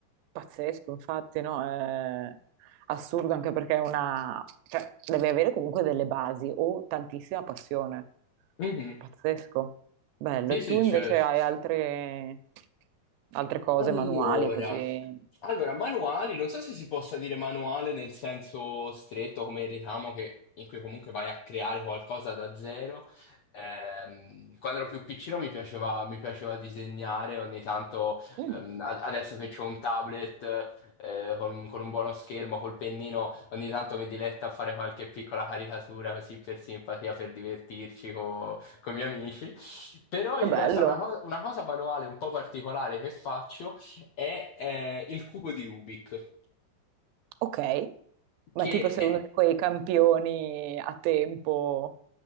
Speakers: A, on the right; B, on the left.
A: Pazzesco, infatti, no? È assurdo anche perché è una... cioè, deve avere comunque delle basi o tantissima passione.
B: Mhm.
A: Pazzesco. Bello.
B: Sì,
A: E
B: sì,
A: tu
B: certo.
A: invece hai altre, altre cose
B: Allora,
A: manuali così?
B: allora, manuali, non so se si possa dire manuale nel senso stretto come il ricamo che- in cui comunque vai a creare qualcosa da zero. Ehm, quando ero più piccino mi piaceva, mi piaceva disegnare, ogni tanto,
A: Mm.
B: ehm, ad- adesso che ho un tablet eh, con, con un buono schermo, col pennino, ogni tanto mi diletto a fare qualche piccola caricatura così per simpatia, per divertirci co- con i miei amici. Però
A: Che
B: in
A: bello.
B: realtà una, co- una cosa manuale un po' particolare che faccio è eh, il cubo di Rubik,
A: Ok. Ma
B: che
A: tipo sei
B: è-
A: uno di quei campioni a tempo.